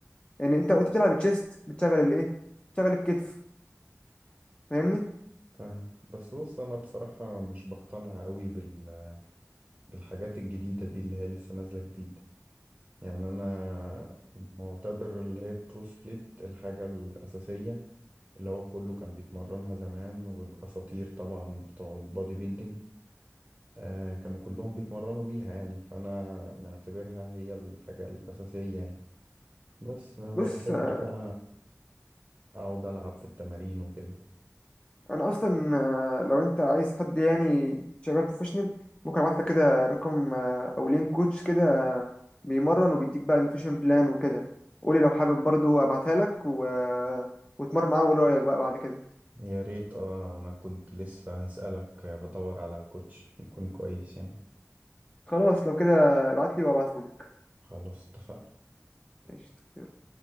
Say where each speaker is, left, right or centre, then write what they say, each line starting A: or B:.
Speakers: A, on the left; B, on the right.
A: يعني انت وانت بتلعب تشيست بتشغل الايه بتشغل الكتف فاهمني
B: فاهم بس بص انا بصراحة مش بقتنع قوي بال... بالحاجات الجديدة دي اللي هي لسه نازلة جديد يعني انا معتبر اللي هي برو سبليت الحاجة الأساسية اللي هو كله كان بيتمرنها زمان والأساطير طبعا بتوع البودي بيلدينج آه كانوا كلهم بيتمرنوا بيها يعني فأنا معتبرها هي الحاجة الأساسية يعني بس ما
A: بص
B: بحبش
A: آه،
B: بقى اقعد العب في التمارين وكده
A: انا اصلا آه، لو انت عايز حد يعني شغال بروفيشنال ممكن ابعت لك كده رقم آه، او لين كوتش كده آه، بيمرن وبيديك بقى نوتريشن بلان وكده قولي لو حابب برضو ابعتها لك و... آه، واتمرن معاه وقول رايك بقى بعد كده
B: يا ريت اه انا كنت لسه هسألك بدور على كوتش يكون كويس يعني
A: خلاص لو كده ابعت لي وابعته لك
B: خلاص اتفقنا
A: قشطة